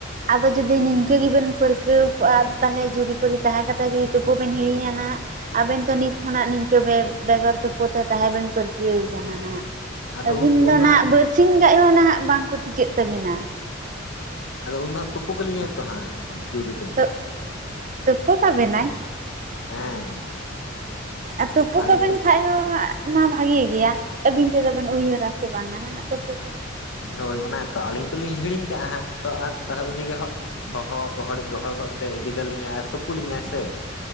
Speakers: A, on the right (about 40°); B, on the left (about 65°).
A: ᱟᱫᱚ ᱡᱩᱫᱤ ᱱᱤᱝᱠᱟᱹ ᱜᱮᱵᱮᱱ ᱯᱟᱹᱨᱠᱟᱹᱣ ᱠᱚᱜᱼᱟ ᱛᱟᱦᱚᱞᱮ ᱡᱩᱨᱤᱯᱩᱨᱤ ᱛᱟᱦᱮᱸ ᱠᱟᱛᱮ ᱡᱩᱫᱤ ᱛᱩᱯᱩ ᱵᱮᱱ ᱦᱤᱲᱤᱧᱟ ᱱᱟᱟᱜ ᱟᱵᱮᱱ ᱛᱚ ᱱᱤᱛ ᱠᱷᱚᱱᱟᱜ ᱱᱤᱝᱠᱟᱹ ᱵᱮᱜᱚᱨ ᱛᱩᱯᱩ ᱛᱮ ᱛᱟᱦᱮᱸ ᱵᱮᱱ ᱯᱟᱹᱨᱠᱟᱹᱣ ᱠᱟᱱᱟ ᱱᱟᱦᱜ
B: ᱟᱫᱚ
A: ᱟᱹᱵᱤᱱ
B: ᱩᱱᱫᱚ
A: ᱫᱚ ᱱᱟᱦᱟᱜ
B: ᱦᱟᱸᱜ
A: ᱵᱟᱨᱥᱤᱧ ᱜᱟᱱ ᱦᱚᱸ ᱱᱟᱦᱱᱟᱜ ᱵᱟᱝᱠᱚ ᱴᱤᱠᱟᱹᱜ ᱛᱟᱹᱵᱤᱱᱟ
B: ᱟᱫᱚ ᱩᱱ ᱫᱚ ᱦᱟᱸᱜ ᱛᱩᱯᱩ ᱠᱟᱞᱤᱧᱟᱭ ᱛᱚ ᱦᱟᱸᱜ ᱡᱩᱨ
A: ᱛ ᱛᱩᱯᱩ ᱠᱟᱵᱱᱟᱭ
B: ᱦᱮᱸ
A: ᱟᱨ ᱛᱩᱯᱩ
B: ᱟᱹᱞᱤᱧ
A: ᱠᱟᱵᱮᱱ
B: ᱛᱚ
A: ᱠᱷᱟᱡ ᱦᱟ ᱦᱚᱸ ᱢᱟ ᱵᱷᱟᱜᱮ ᱜᱮᱭᱟ ᱟᱹᱵᱤᱱ ᱛᱮᱫᱚ ᱵᱮᱮᱱ ᱩᱭᱦᱟᱹᱨᱟ ᱥᱮ ᱵᱟᱝᱟ ᱱᱟᱦᱟᱜ ᱫᱚ ᱛᱩᱯᱩᱜ
B: ᱦᱳᱭ ᱚᱱᱟ ᱛᱚ ᱟᱹᱞᱤᱧ ᱫᱚᱞᱤᱧ ᱦᱤᱲᱤᱧ ᱠᱟᱜᱼᱟ ᱦᱟᱸᱜ ᱛᱚ ᱛᱟᱦᱚᱞᱮ ᱩᱱᱤ ᱜᱮᱮ ᱦᱜ ᱦᱚᱦᱚ ᱜᱚᱦᱚᱲᱤᱡ ᱜᱚᱦᱚᱲ ᱜᱚᱫᱛᱮ ᱤᱫᱤ ᱠᱟᱞᱤᱧᱟᱭ ᱟᱨ ᱛᱩᱯᱩᱜ ᱞᱤᱧᱟᱭ ᱥᱮ